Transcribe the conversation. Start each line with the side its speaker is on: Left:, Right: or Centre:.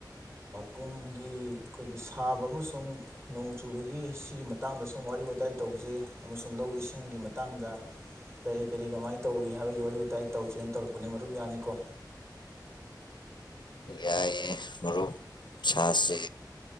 Right: ꯀꯨꯝꯒꯤ ꯑꯩꯈꯣꯏ ꯁꯥꯕ ꯑꯃꯁꯨꯡ ꯅꯣꯡ ꯆꯨꯕꯒꯤ ꯁꯤꯒꯤ ꯃꯇꯥꯡꯗ ꯁꯨꯝ ꯋꯥꯔꯤ ꯋꯥꯇꯥꯏ ꯇꯧꯖꯩ ꯑꯃꯁꯨꯡ ꯂꯧ ꯏꯁꯤꯡꯒꯤ ꯃꯇꯥꯡꯗ ꯀꯔꯤ ꯀꯔꯤ ꯀꯃꯥꯏꯅ ꯇꯧꯔꯤ ꯍꯥꯏꯕꯒꯤ ꯋꯥꯔꯤ ꯋꯥꯇꯥꯏ ꯇꯧꯖꯦꯅ ꯇꯧꯔꯛꯄꯅꯤ ꯃꯔꯨꯞ ꯌꯥꯅꯤꯀꯣ
Left: ꯌꯥꯏꯑꯦ ꯃꯔꯨꯞ ꯁꯥꯥꯁꯦ